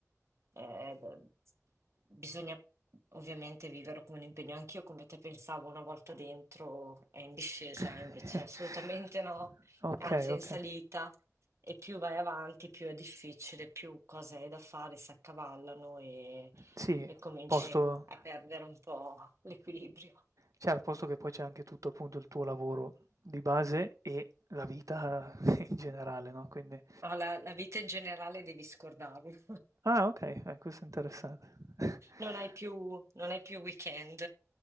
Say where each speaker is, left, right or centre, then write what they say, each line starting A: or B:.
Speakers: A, on the right (about 60°); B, on the right (about 80°).
A: eh, beh, bisogna ovviamente viverlo come un impegno. Anch'io come te pensavo una volta dentro è in discesa,
B: <laughs>
A: invece assolutamente no,
B: Okay,
A: anzi
B: okay.
A: è in salita e più vai avanti più è difficile, più cose hai da fare si accavallano e
B: Sì,
A: e cominci
B: posto
A: a perdere un po' l'equilibrio.
B: Cioè al posto che poi c'è anche tutto appunto il tuo lavoro di base e la vita <laughs> in generale, no, quindi
A: No, la, la vita in generale devi scordarlo. <laughs>
B: ah okay, eh, questo è interessante. <laughs>
A: Non hai più, non hai più weekend.